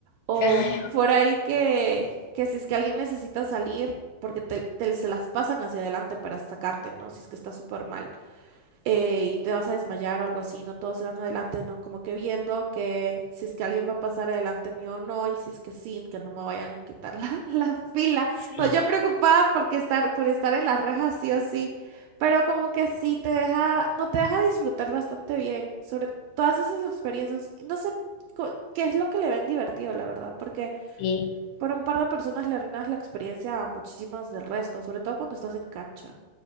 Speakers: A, on the right; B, on the left.
A: o
B: <laughs>
A: por ahí que, que si es que alguien necesita salir, porque te, te- se las pasan hacia adelante para sacarte, ¿no? Si es que está súper mal eh, y te vas a desmayar o algo así, ¿no? Todos se van adelante, ¿no? Como que viendo que si es que alguien va a pasar adelante mío o no, y si es que sí, que no me vayan a quitar la, <laughs> la fila.
B: Claro, sí.
A: No, yo preocupada porque estar, por estar en las rejas sí o sí, pero como que sí te deja, no te deja disfrutar bastante bien sobre todas esas experiencias. y No sé co- qué es lo que le ven divertido, la verdad, porque
B: Sí,
A: por un par de personas le arruinas la experiencia a muchísimas del resto, sobre todo cuando estás en cancha.